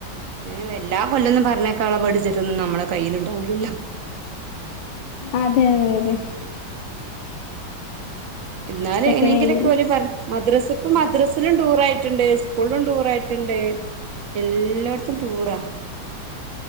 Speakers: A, on the right; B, on the left.
A: പിന്നെ എല്ലാ കൊല്ലൊന്നും പറഞ്ഞേക്കാനുള്ള ബഡ്ജറ്റൊന്നും നമ്മളെ കയ്യിലുണ്ടാവുലല്ലോ.
B: അതെ അതെ അതെ
A: ഇന്നാല് എങ്ങനേങ്കിലൊക്കെ
B: എപ്പോഴെങ്കിലും
A: ഓല് പറ മദ്രസ് ഇപ്പ മദ്രസ്സിലും ടൂറായിട്ടുണ്ട് സ്കൂൾലും ടൂറായി ട്ടുണ്ട് എല്ലോട്ത്തും ടൂറാ.